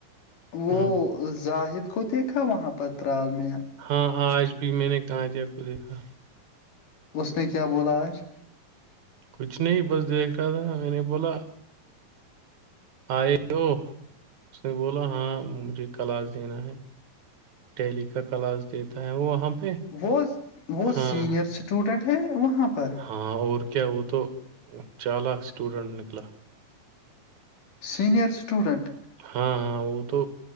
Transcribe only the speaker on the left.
وہ
زاہد کو دیکھا وہاں پتہ رال م
اس نے کیا بولا آج
وہ وہ
سینئر اسٹوڈنٹ ہے وہاں پر
سینئر اسٹوڈنٹ